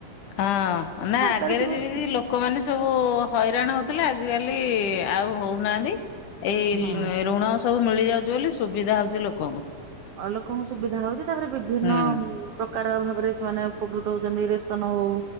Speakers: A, on the left (about 70°); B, on the right (about 80°).
A: ହଁ ନା
B: ସରକାର
A: ଆଗରେ
B: ସୁବିଧା
A: ଯେମିତି ଲୋକମାନେ ସବୁ ହଇରାଣ ହଉଥିଲେ ଆଜିକାଲି ଆଉ ହଉନାହାନ୍ତି। ଏଇ
B: ହଁ
A: ଋଣ ସବୁ ମିଳିଯାଉଚି ବୋଲି ସୁବିଧା ହଉଚି ଲୋକଙ୍କୁ।
B: ଅ ଲୋକଙ୍କୁ ସୁବିଧା ହଉଚି ତାପରେ ବିଭିନ୍ନ
A: ହୁଁ
B: ପ୍ରକାର ଭାବରେ ସେମାନେ ଉପକୃତ ହଉଚନ୍ତି ରେସନ ହଉ